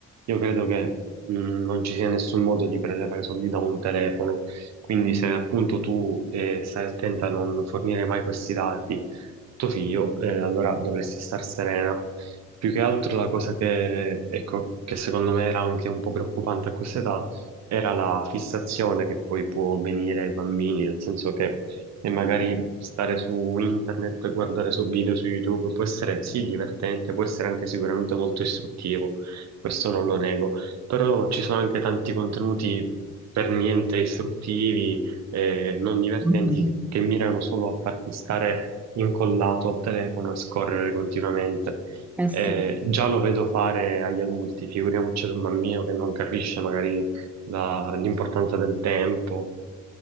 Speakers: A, on the right; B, in the centre.
A: io credo che mh, non ci sia nessun modo di prelevare soldi da un telefono quindi se appunto tu eh, stai attenta a non fornire mai questi dati tuo figlio, eh, allora dovresti star serena. Più che altro la cosa che, ecco, che secondo me era anche un po' preoccupante a questa età era la fissazione che poi può venire ai bambini, nel senso che e magari stare su internet, guardare su video su YouTube può essere sì divertente, può essere anche sicuramente molto istruttivo, questo non lo nego, però ci sono anche tanti contenuti per niente istruttivi, eh, non divertenti,
B: Mhm.
A: che che mirano solo a farti stare incollato al telefono e scorrere continuamente.
B: Eh sì,
A: Eh, già lo vedo fare agli adulti, figuriamoci ad un bambino che non capisce magari la- l'importanza del tempo.